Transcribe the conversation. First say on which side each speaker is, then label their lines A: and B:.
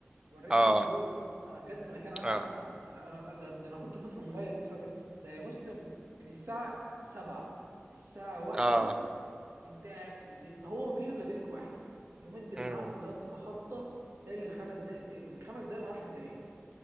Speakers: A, on the right (about 75°); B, on the right (about 20°).
A: وريتني
B: اه
A: الفروق انا بجد انا كان عندي
B: اه
A: حق انا انا ده, ده انا كنت طفل مميز بسبب كده. ده يا مسلم من الساعه 7 للساعه 1
B: اه
A: انت قاعد وبي- هو مفيش الا بريك واحد لمده
B: مم.
A: ع- لا تتخطى تالي الخمس دقائق إيه، من خمس دقائق ل 10 دقائق